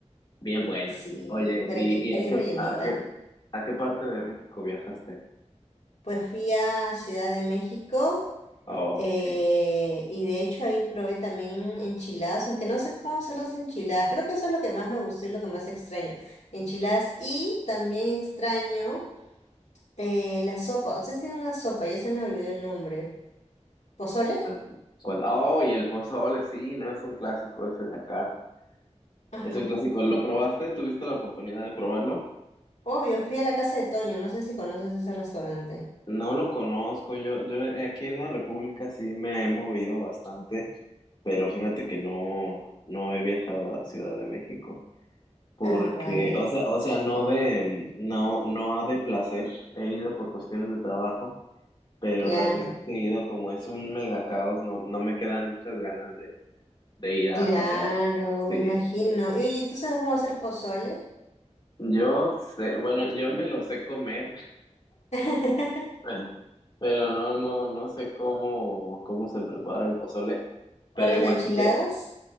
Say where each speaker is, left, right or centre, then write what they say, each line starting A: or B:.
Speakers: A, on the left; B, on the left.
A: bien bueno.
B: Sí,
A: Oye,
B: para
A: ¿y,
B: que quede
A: y a qué,
B: rellenita.
A: a qué, a qué parte de México viajaste?
B: Pues fui a Ciudad de México
A: Oh,
B: eh,
A: ok.
B: y de hecho ahí probé también enchiladas, aunque no sé cómo hacer las enchiladas. Creo que eso es lo que más me gustó y lo que más extraño. Enchiladas y también extraño eh, la sopa. Ustedes tienen una sopa, ya se me olvidó el nombre. ¿Pozole?
A: cuál- cuál- Oh, y el pozole, sí, no es un clásico ese de acá.
B: Ajá.
A: Es un clásico. ¿Lo probaste? ¿Tuviste la oportunidad de probarlo?
B: Obvio, fui a la casa de Toño, no sé si conoces ese restaurante.
A: No lo conozco. Yo, yo eh, aquí en la República sí me he movido bastante, pero fíjate que no, no he viajado a Ciudad de México. Porque,
B: Ah, vale.
A: o sea, o sea, no de, no, no de placer. He ido por cuestiones de trabajo, pero
B: Claro,
A: las veces que he ido, como es un mega caos, no, no me quedan muchas ganas de, de ir a
B: claro,
A: pasear. Sí.
B: me imagino. Y oye, ¿tú sabes cómo hacer pozole?
A: Yo sé, bueno, yo me lo sé comer,
B: <laughs>
A: <laughs> pero no, no, no sé cómo, cómo se prepara el pozole,
B: ¿O
A: pero
B: las
A: igual
B: enchiladas?
A: sí te,